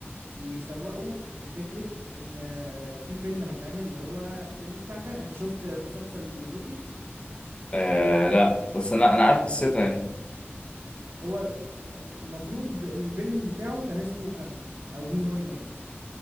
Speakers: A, on the right; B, on the left.
A: يسوّقوا لفكرة إن في فيلم هيتعمل اللي هو فيلم بتاع ك أنت شُفت مسلسل لوكي؟
B: آه. لا بس انا انا عارف قصتها يعني
A: هو الم- المفروض الفيلن بتاعه كان اسمه كانج او هي هو ريمينز